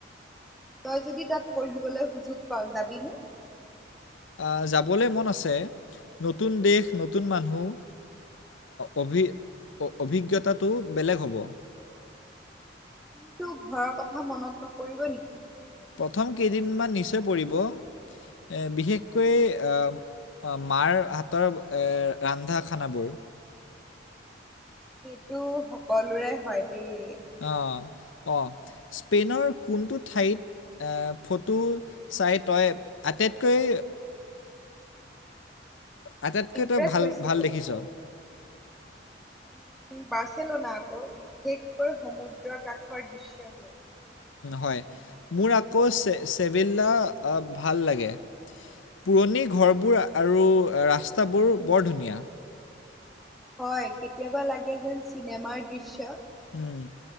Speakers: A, in the centre; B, on the left.
A: তই যদি তাত পঢ়িবলৈ সুযোগ পাঁও যাবিনে?
B: আহ, যাবলৈ মন আছে, নতুন দেশ নতুন মানুহ। অভি, অভি- অভিজ্ঞতাটো বেলেগ হ'ব।
A: কিন্তু ঘৰৰ কথা মনত নপৰিব নেকি?
B: প্ৰথম কেইদিনমান নিশ্চয় পৰিব। বিশেষকৈ আ মাৰ হাতৰ ৰান্ধা খানাবোৰ।
A: সেইটো সকলোৰে হয় দেই।
B: অ', অ' স্পেইনৰ কোনটো ঠাইত? ফটো চাই তই আটাইতকৈ আটাইতকৈ
A: ইমপ্ৰেছ
B: তই ভাল
A: হৈছিলো।
B: ভাল দেখিছ।
A: উম বাৰ্চেলনা আকৌ, বিশেষকৈ সমুদ্ৰ কাষৰ দৃশ্যবোৰ।
B: হয় মোৰ আকৌ চে চেভিল্লা ভাল লাগে। পুৰণি ঘৰবোৰ আৰু ৰাস্তাবোৰ বৰ ধুনীয়া।
A: হয় কেতিয়াবা লাগে যেন চিনেমাৰ দৃশ্য।
B: উম।